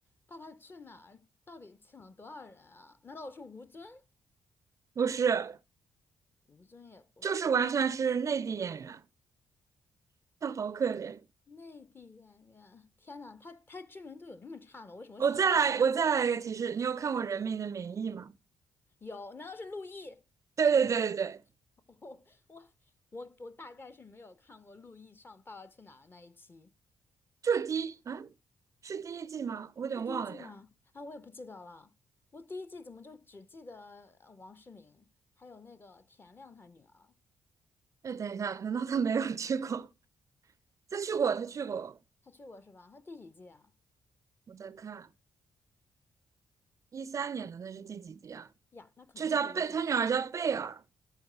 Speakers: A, on the left; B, on the right.
A: 《爸爸去哪儿》到底请了多少人啊？难道我是吴尊？
B: 不是。
A: 吴尊也不是
B: 就是完全是内地演员，<laughs> 他好可怜。
A: 内地演员。天呐，他他知名度有那么差吗？为什么我想不起来他？
B: 我再来，我再来一个提示，你有看过《人民的名义》吗？
A: 有，难道是陆毅？
B: 对对对对对，
A: <laughs> 我我我我大概是没有看过陆毅上《爸爸去哪儿》那一期，
B: 就是第一，啊，是第一季吗？我有点忘了呀。
A: 是第一季吗？啊，我也不记得了。我第一季怎么就只记得呃王诗龄，还有那个田亮他女儿，
B: 哎，等一下，难道他没有去过？他去过，他去过。
A: 他去过是吧？他第几季啊？
B: 我在看一三年的，那是第几集啊？
A: 呀，那可能是第一季
B: 这叫贝，他女儿叫贝尔。